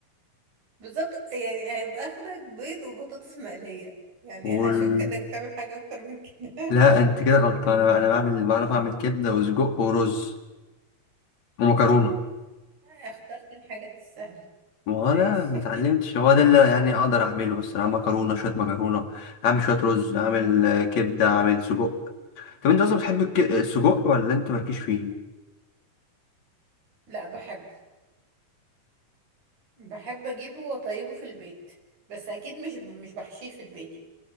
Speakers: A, on the right; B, on the left.
A: بالظبط يعني هيبقى اخرك بيض وبطاطس مقلية يعني
B: وال...
A: اشك انك بتعمل حاجة اكتر من كده
B: لا انت كده غلطانه انا بعمل بعرف اعمل كبده وسجق ورز ومكرونه
A: <laughs> اخترت الحاجات السهلة
B: وانا
A: ماشي
B: متعلمتش
A: <laughs>
B: هو ده اللي يعني اقدر اعمله الصراحه مكرونه شويه مكرونه اعمل شويه رز اعمل آه، كبده اعمل سجق طب انت اصلا بتحب الك- السجق ولا انت مالكيش فيه
A: لا بحبه بحب اجيبه واطيبه في البيت بس اكيد مش مش بحشيه في البيت